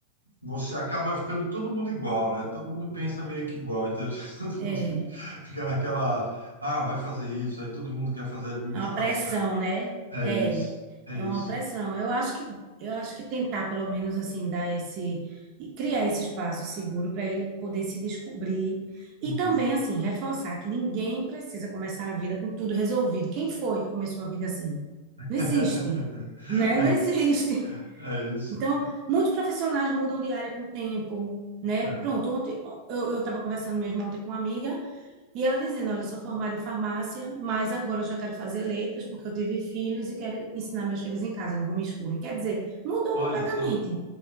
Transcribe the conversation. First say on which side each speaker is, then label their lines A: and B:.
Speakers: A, on the right; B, on the right.
A: você acaba ficando todo mundo igual, né? Todo mundo pensa meio que igual. Então <laughs> todo
B: É.
A: mundo fica, fica naquela, ah, vai fazer isso. Aí todo mundo quer fazer administração.
B: É uma pressão, né?
A: É
B: É.
A: isso, é
B: É
A: isso.
B: uma pressão. Eu acho que eu acho que tentar pelo menos assim dar esse e criar esse espaço seguro para ele poder se descobrir
A: Uhum.
B: e também assim reforçar que ninguém precisa começar a vida com tudo resolvido. Quem foi que começou a vida assim?
A: <laughs>
B: Não existe, né?
A: É
B: Não
A: isso,
B: existe.
A: é isso.
B: Então, muitos profissionais mudam de área com o tempo, né?
A: Uhum.
B: Pronto, ontem eu estava conversando mesmo ontem com uma amiga e ela dizendo, olha, eu sou formada em farmácia, mas agora eu já quero fazer letras porque eu tive filhos e quero ensinar meus filhos em casa, no homeschooling. Quer dizer, mudou
A: Olha
B: completamente,
A: só.